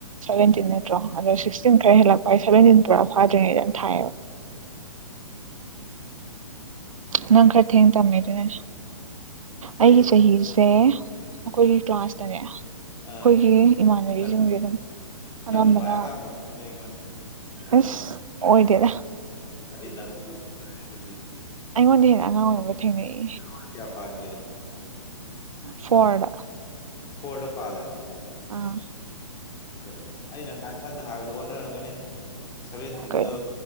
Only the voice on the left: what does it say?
ꯀꯩꯅꯣ
ꯑꯥ
ꯅꯪ
ꯅꯪꯅ ꯈ꯭ꯋꯥꯏ ꯑꯉꯥꯡ ꯑꯣꯏꯔꯝꯃꯅꯤ ꯑꯩ ꯈꯪꯉꯦ
ꯀꯔꯤ ꯅꯪ ꯑꯗꯨꯗꯤ
ꯂꯣꯟ ꯀꯌꯥ ꯄꯥꯟꯒꯦ
ꯐꯣꯔꯗꯥ ꯄꯥꯜꯦ
ꯀꯩ ꯑꯩꯅ ꯍꯥꯏ ꯅꯪꯅ ꯍꯥꯏꯕꯗꯣ ꯑꯣꯟꯅꯔꯝꯒꯅꯤ ꯁꯚꯦꯟꯇꯤꯟꯗꯣ